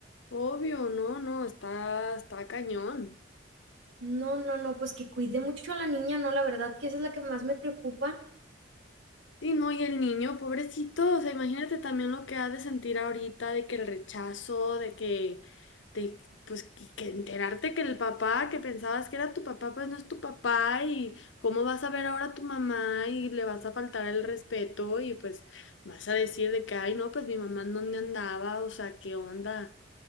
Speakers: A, on the left; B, on the right.
A: Obvio, no, no, está, está cañón.
B: No, no, no, pues que cuide mucho a la niña, no, la verdad que esa es la que más me preocupa.
A: Sí, no, y el niño, pobrecito, o sea, imagínate también lo que ha de sentir ahorita de que el rechazo, de que, de, pues, que, que enterarte que el papá que pensabas que era tu papá, pues no es tu papá, y cómo vas a ver ahora a tu mamá y le vas a faltar el respeto y pues vas a decir de que, ay, no, pues mi mamá en dónde andaba, o sea, qué onda.